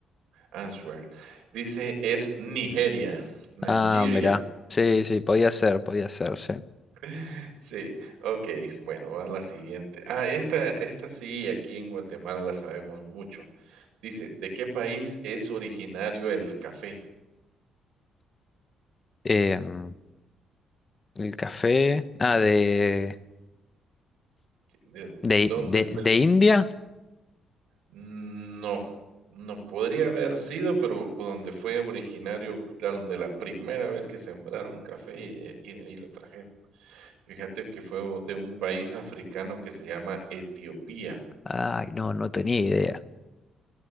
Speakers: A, on the right (about 85°); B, on the left (about 30°).
A: answer. Dice, es Nigeria, Nigeria.
B: Ah, mirá. Sí, sí, podía ser, podía ser, sí.
A: <laughs> Sí, ok, bueno, va la siguiente. Ah, esta, esta sí, aquí en Guatemala la sabemos mucho. Dice, ¿de qué país es originario el café?
B: Em, el café. Ah, de,
A: ¿De
B: de,
A: dónde
B: de,
A: fue
B: de
A: el...?
B: India.
A: Mm, No, no podría haber sido, pero donde fue originario, la- donde la primera vez que sembraron café eh, y de ahí lo trajeron. Fíjate que fue o- de un país africano que se llama Etiopía.
B: Ay, no, no tenía idea.